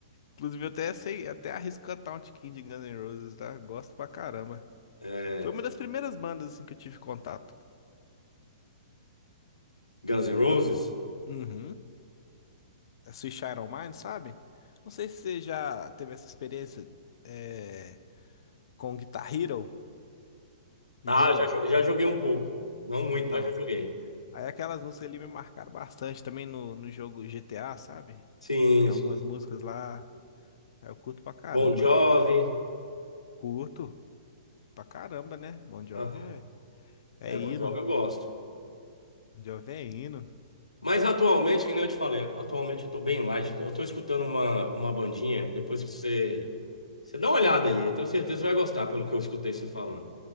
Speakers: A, on the left; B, on the left.
A: Inclusive, eu até sei, até arrisco cantar um tiquinho de Guns N' Roses, tá? Gosto pra caramba.
B: É,
A: Foi uma das primeiras bandas assim que eu tive contato.
B: Guns N' Roses?
A: Uhum. a Switch Iron Maiden, sabe? Não sei se você já teve essa experiência é, com Guitar Hero, o
B: Ah,
A: jogo.
B: já, jo- já joguei um pouco. Não muito,
A: Então,
B: mas já joguei.
A: aí aquelas músicas ali me marcaram bastante também no, no jogo GTA, sabe?
B: Sim,
A: Tem algumas
B: sim.
A: músicas lá, aí eu curto pra caramba.
B: Bon Jovi.
A: Curto pra caramba, né? Bon Jovi
B: Aham.
A: é, é
B: É,
A: hino.
B: Bon Jovi eu gosto.
A: Bon Jovi é hino.
B: Mas atualmente, que nem eu te falei, atualmente eu tô bem light. Eu tô escutando uma, uma bandinha, depois que você... Você dá uma olhada aí, eu tenho certeza que você vai gostar pelo que eu escutei você falando.